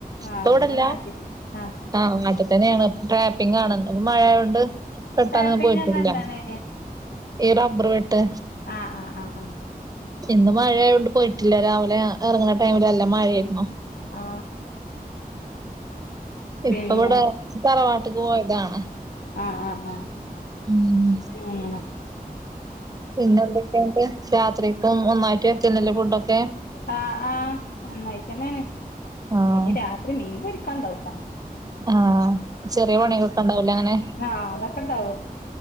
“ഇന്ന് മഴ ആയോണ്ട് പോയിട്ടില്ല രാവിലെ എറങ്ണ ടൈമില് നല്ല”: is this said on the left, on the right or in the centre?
Right